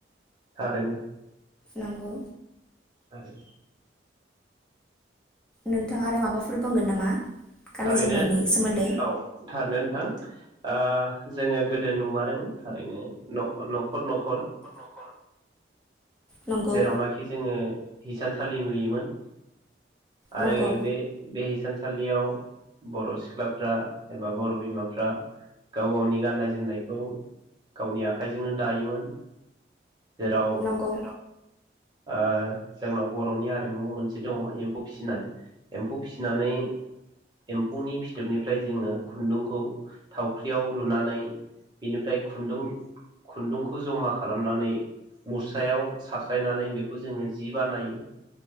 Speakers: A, on the right (about 25°); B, in the centre.
A: थारैनो
B: नंगौ।
A: आरो
B: नोंथाङा आरो माबाफोर बुंगोन नामा? गाननाय
A: थारैनो
B: जोमनायनि सोमोन्दै
A: औ थारैनो नोंथां ओ जोङो गोदो नुमारोमोन थारैनो नग नग न'खर न'खर
B: नंगौ
A: जेरावनाखि जोङो हिसान खालि नुयोमोन आरो
B: नंगौ
A: बे बे हिसानसालियाव बर' सिख्ला फ्रा एबा बर' बिमाफ्रा गाव गावनि गाननाय जोमनायखौ गावनि आख खाइजोंनो दायोमोन जेराव
B: नंगौ
A: ओ जोंनाव बर'नि आरिमुआव मोनसे दङ एम्फौ फिसिनाय एम्फौ फिसिनानै एम्फौनि फिथोबनिफ्राय जोङो खुन्दुंखौ थाव ख्रियाव लुनानै बिनिफ्राय खुन्दुं खुन्दुंखौ जमा खालामनानै मुस्रायाव सास्लायनानै बेखौ जोङो जि बानायो